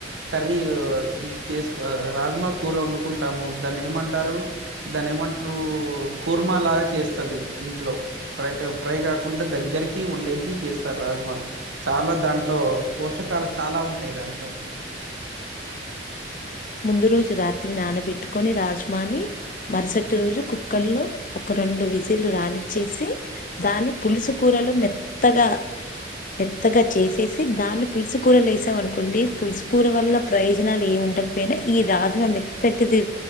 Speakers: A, on the right; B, on the left.
A: కర్రీ చేసు కు రాజ్మా కూర వండుకుంటాము దాన్ని ఏమంటారు దాన్ని ఏమంటరు కుర్మా లాగా చేస్తది ఇంట్లో ఫ్రై ఫ్రై గాకుండా దగ్గరి కి ఉండేసి చేస్తారు రాజ్మా చాలా దాంట్లో పోషకాలు చాలా ఉంటాయి దాంట్లో
B: ముందు రోజు రాత్రి నానబెట్టుకొని రాజ్మాని మరుసటి రోజు కుక్కర్ లో ఒక రెండు విజిల్ రానిచ్చేసి దాని పులుసు కూరలు మెత్తగా మేత్తగా చేసేసి దాన్ని పులుసుకూరలు వేసామనుకోండి పులుసుకూర వల్ల ప్రయోజనాలు ఏముండ ఈ రాజ్మా మెత్తటిది